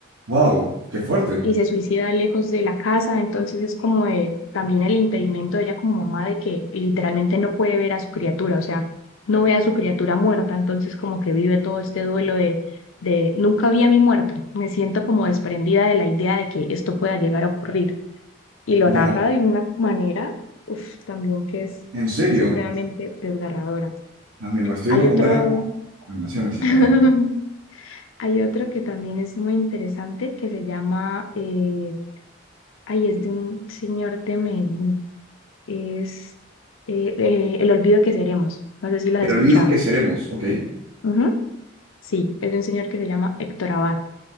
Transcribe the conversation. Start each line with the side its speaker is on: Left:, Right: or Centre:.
Right: Wow, qué fuerte.
Left: y se suicida lejos de la casa, entonces es como de- también el impedimento de ella como mamá de que literalmente no puede ver a su criatura, o sea, no ve a su criatura muerta, entonces como que vive todo este duelo de, de nunca vi a mi muerto, me siento como desprendida de la idea de que esto pueda llegar a ocurrir. Y lo
Right: Ya,
Left: narra de una manera, uf, también que es
Right: en serio.
Left: supremamente desgarradora.
Right: Ah, mira, me estoy
Left: Hay
Right: yendo con
Left: otro,
Right: varias recomendaciones
Left: <laughs>
Right: acá. ¿eh?
Left: hay otro que también es muy interesante que se llama eh, Ay, es de un señor de Medellín. Es eh, eh, El olvido que seremos. No sé si lo has
Right: El
Left: escuchado.
Right: olvido que seremos, ¿ok?
Left: Ujú. Sí, es de un señor que se llama Héctor Abad.